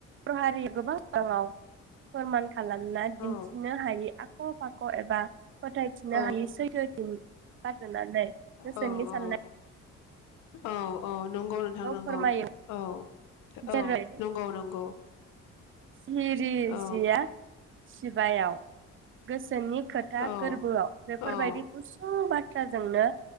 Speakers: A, on the right; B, on the left.
A: बर' हारिया <unintelligible> गोबां <unintelligible> राङाव फोरमान खालामना
B: औ
A: दिन्थिनो हायो। आख' फाख एबा फोथायफिननो
B: औ
A: हायि सैथो दिन जाग्रोनानै गोसोनि
B: औ
A: साननाय
B: औ औ नंगौ नोथां नंगौ
A: फोरमायो
B: औ
A: जेरै
B: औ नंगौ नंगौ।
A: सिरिजेया
B: औ
A: सिबायाव गोसोनि खोथा
B: औ
A: गोरबोआव बेफोरबायदि
B: औ
A: गुसुं बाथ थ्राजोंनो